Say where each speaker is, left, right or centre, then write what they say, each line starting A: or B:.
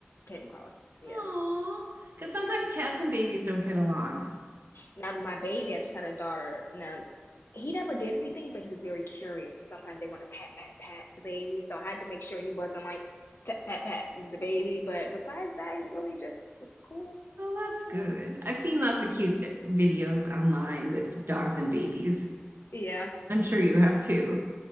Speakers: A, on the left; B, on the right.
A: came across. Yeah.
B: Oh, because sometimes cats and babies don't get along.
A: Now my baby, I just had a daughter. Now he never did anything, but he was very curious, and sometimes they want to pat pat pat the baby. So I had to make sure he wasn't like pat pat pat the baby. But besides that, he really just was cool.
B: Oh, that's good.
A: Yeah,
B: I've seen lots
A: he was
B: of cute
A: cool.
B: eh, videos online with dogs and babies.
A: Yeah.
B: I'm sure you have too.